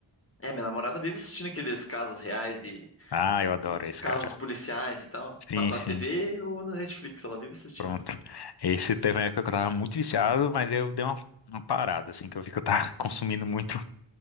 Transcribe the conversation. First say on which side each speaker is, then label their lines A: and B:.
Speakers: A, on the left; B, on the left.
A: É, minha namorada vive assistindo aqueles casos reais de
B: Ah, eu adoro
A: e
B: esse,
A: casos
B: cara.
A: policiais e tal.
B: Sim,
A: Passa
B: sim.
A: na TV ou na Netflix, ela vive assistindo.
B: Pronto. Esse teve uma época que eu tava muito viciado, mas eu dei uma, uma parada, assim, que eu vi que eu tava <laughs> consumindo
A: Uhum.
B: muito,